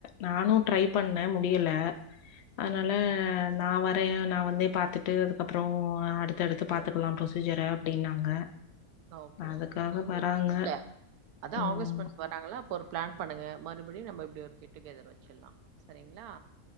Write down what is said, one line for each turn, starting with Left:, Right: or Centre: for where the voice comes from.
Left: நானு ட்ரை பண்ணே
Right: சரி
Left: முடியல
Right: சரி
Left: அதனால
Right: ம்
Left: நா வ ந்து நா வந்து பாத்துட்டு அதுக்கப்றோ அடுத் தடுத்து
Right: சரி
Left: பாத்துக்கலா ப்ரொசீஜர அப்டின்னாங்க
Right: ஓகே
Left: அதுக்காக
Right: ஓகே சேரி
Left: வராங்க
Right: ஒன்னு இல்ல அதா
Left: ம்
Right: ஆகஸ்ட் மந்த் வராங்கல்ல அப்ப ஒரு பிளான் பண்ணுங்க ம றுபடி நம்ம இப்டி ஒரு கெட் டுகெதர் வச்சிட்லா சரிங்களா